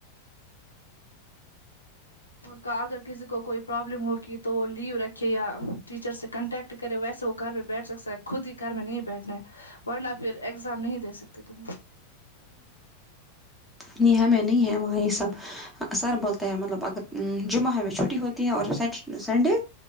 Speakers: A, on the left (about 80°); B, in the centre.
A: کا اگر کسی کو کوئی پرابلم ہوگی تو وہ لیو رکھے یا ٹیچر سے کنٹیکٹ کرے ویسے وہ گھر میں بیٹھ سکتا ہے خود ہی گھر میں نہیں بیٹھنا ہے ورنہ پھر ایگزام نہیں دے سکتے تم
B: یہاں میں نہیں ہے وہاں یے سب سر بولتے ہیں مطلب اگر جمعہ ہمیں چھٹی ہوتی ہے اور سیٹ سنڈے